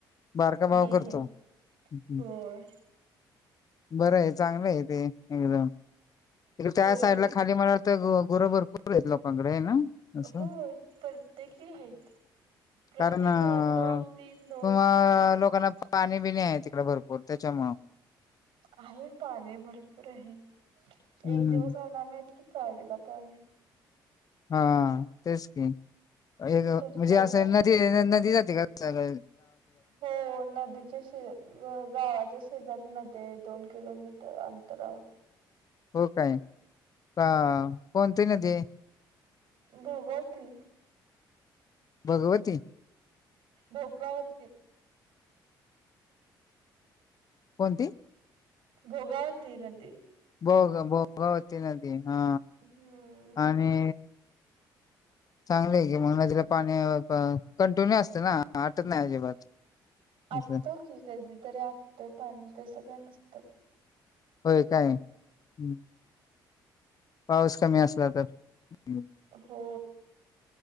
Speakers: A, on the left (about 45°); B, on the right (about 75°).
A: बारका
B: हम्म,
A: भाव करतो
B: हम्
A: हं, हं.
B: होय.
A: बरं आहचांगलं आहे ते एकदमडे त्या
B: होय
A: साईडला खाली मला गोरोबर पूर लोकांकडे आना असं
B: होय प्रत्येकी आहेत प्रत्येक
A: कारण अ
B: घरात दोन तीन दोन
A: कुम्हा
B: तीन आहेतच
A: लोकांना पाणी बि नाही आहे तिकडे भरोपूर. कोतेच्या म.
B: आहे, पाणी भरपूर आहे,
A: हम्म
B: एक दिवस होणार नाही ईतकिऽऽ चावीला पाणी.
A: हा,, तेच की एक
B: तुमच्याकडं
A: म्हणजे,, असं नदी, नदी जाते का सळऽऽ
B: होऽऽ नदी. गावाच्या शेजारी नदीय दोन किलोमीटर अंतरावर.
A: हो काय,, कोणती नदीय.
B: भगवती
A: भगवती
B: दौगरावती
A: कोणती
B: भोगावती नदी
A: भोग भोगावती नदी हा
B: हम्म
A: आणि
B: <inaudible>
A: चांगली आहे की मग नदीला पाणी कंटिन्यू असते ना आटत नाही अजिबात
B: अडथ
A: असं
B: की कधी तरी आगत पाणी ते सगळं नसत
A: होय काय ह पाऊस कमी असला तर हं.
B: हो